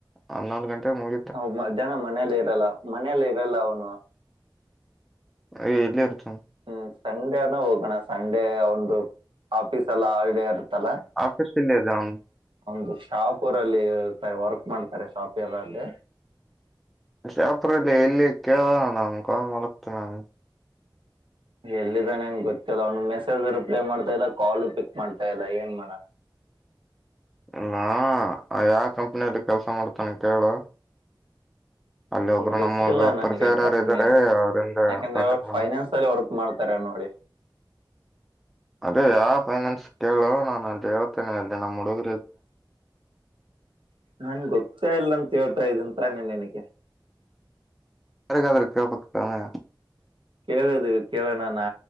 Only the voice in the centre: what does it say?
ಹದ್ನಾಾಲ್ಕ ಗಂಟೆಗೆ ಮುಗ
ಅಯ ಎಲ್ಲಿ ಇರ್ತ
ಆಫೀಸ್ಲ್ಲ ಜಾವನ್
ಅಷ್ಟ ಅಪ್ರಲ್ಲಿ ಎಲ್ಲಿ ಕೇಳ ನಮ ಕ ಮಲತ ನಾನ
ಇಲ್ಲಾ ಯಾವ ಕಂಪನಿಯಲ್ಲಿ ಕೆಲ್ಸ ಮಾಡ್ತಾನ ಕೇಳು ಅಲ್ಲಿ ಒಬ್ರು
ನಮ್ಮಗ
ಪರಿಚಯರಾರು
ಇದ್ದಾರೆ ಅವ್ರಂದ
ಕಾಂಟ್ಯಾಕ್ಟ್
ಮಾಡ
ಅದೇ ಯಾವ ಫೈನಾನ್ಸ್ ಕೇಳು ನಾನು ಅದ ಹೇಳ್ತೇನೆ ಅಲ್ಲಿ ದಿನ ಮುಡುಗ
ಬಗಾದ್ರ ಕ ಪಕ್ಕದಾನೆ